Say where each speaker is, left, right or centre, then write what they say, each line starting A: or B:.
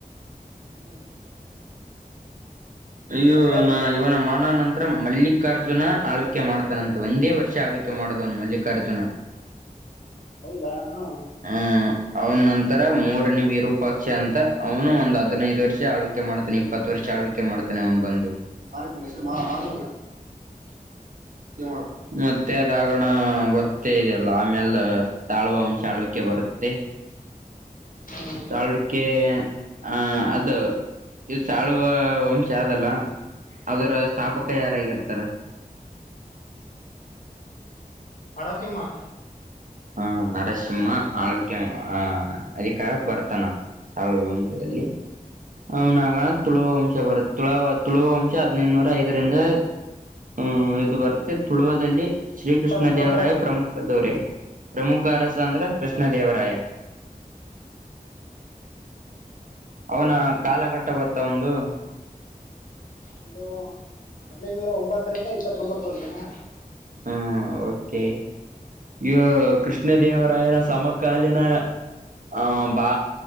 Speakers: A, on the left; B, on the right.
A: ಹ್ಮ್
B: ಅಯ್ಯೋ
A: ಮತ್ತೆ
B: ಇವನ ಇವನ ಮರಣ ನಂತ್ ಮಲ್ಲಿಕಾರ್ಜುನ ಆಳ್ವಿಕೆ ಮಾಡ್ತಾನಂತೆ ಒಂದೇ ವರ್ಷ ಆಳ್ವಿಕೆ ಮಾಡದವನು ಮಲ್ಲಿಕಾರ್ಜುನ.
A: ಹೌದಾ ಹ್ಮ್
B: ಹ ಅವನ ನಂತರ ಮೂರನೇ ವೀರು ಪಕ್ಷ ಅಂತ ಅವ್ನು ಒಂದ್ ಹದಿನೈದು ವರ್ಷ ಆಳ್ವಿಕೆ ಮಾಡ್ತಾನೆ ಇಪ್ಪತ್ ವರ್ಷ ಆಳ್ವಕೆ ಮಾಡ್ ಅವನು ಬಂದು. <unintelligible>
A: ಹ್ಮ್
B: ಮತ್ತೆ ಅದಾಗಣ ಗೊತ್ತೇ ಇದೆಯಲ್ಲ ಆಮ್ಯಾಲ ಸಾಳ್ವ ವಂಶ ಆಳ್ವಿಕೆ ಬರತ್ತೆ.
A: ಹ್ಮ್
B: ಸಳ್ವಿಕೆ ಆಹ ಅದ ಇದ ಸಾಳ್ವ ವಂಶ ಅದಲ್ಲ ಅದರ ಸ್ಥಾಪಕ ಯಾರಾಗಿರ್ತಾರ.
A: ನರಸಿಂಹ.
B: ಹ ನರಸಿಂಹ ಆಳ್ವಿಕೆ ಆ ಅಧಿಕಾರಕ್ ಬರ್ತಾನ ಸಳ್ವ ವಂಶದಲ್ಲಿ ಅವನಣ ತುಳು ವಂಶ ಬರು ತುಳ ತುಳುವ ವಂಶ ಹದ್ನೈದುನೂರ ಐದರಿಂದ ಹ್ಮ್ ಇದು ಬರುತ್ತೆ ತುಳುವದಲ್ಲಿ. ಶ್ರೀ
A: ಇಪ್ಪತ್ತೊಂಬತ್ತು
B: ಕೃಷ್ಣ ದೇವರಾಯ ಪ್ರಮುಖ ದೂರೆ. ಪ್ರಮುಖ ಅರಸಾಂದ್ರ ಕೃಷ್ಣದೇವರಾಯ.
A: ಹ್ಮ್
B: ಅವನ ಕಾಲಘಟ್ಟ ಗೊತ್ತ ಒಂದು.
A: ಒಂದು ಹದಿನೈದುನೂರ ಒಂಬತ್ತರಿಂದ ಇಪ್ಪತ್ತೊಂಬತ್ತರವರೆಗೆನಾ.
B: ಹ್ಮ್ ಓಕೆ ಇ ಕೃಷ್ಣ ದೇವರಾಯನ ಸಮಕಾಲೀನ ಅ ಬಾ